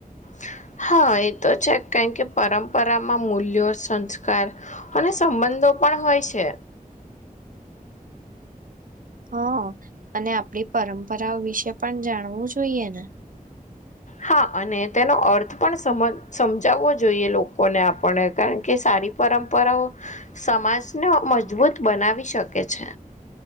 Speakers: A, on the left; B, on the right.
A: <inaudible> હા એ તો છે કારણ કે પરંપરામાં મૂલ્યો સંસ્કાર અને સંબંધો પણ હોય છે
B: હ અને આપડી પરંપરાઓ વિશે પણ જાણવું જોઈએ ને
A: હા અને તેનો અર્થ પણ સમજ સમજાવવો જોઈએ લોકોને આપણે પણ કારણ કે સારી પરં પર ઓ સમાજને મજબૂત બનાવી શકે છે